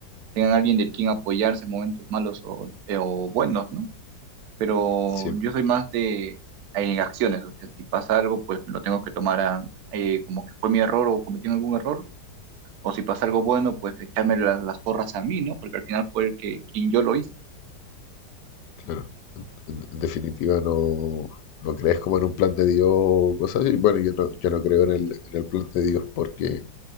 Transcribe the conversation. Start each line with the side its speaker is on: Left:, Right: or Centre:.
Right: tengan alguien del quien apoyarse en momentos malos o, eh, o buenos, ¿no? Pero
Left: sí,
Right: yo soy más de en acciones, o sea, si pasa algo, pues lo tengo que tomar a- eh, como que fue mi error o cometí algún error, o si pasa algo bueno, pues echarme las, las porras a mí, ¿no? Porque al final fue el que quien yo lo hice.
Left: claro. En, en- definitiva, no, no crees como en un plan de Dios o cosas así. Bueno, yo no, yo no creo en el, en el plan de Dios porque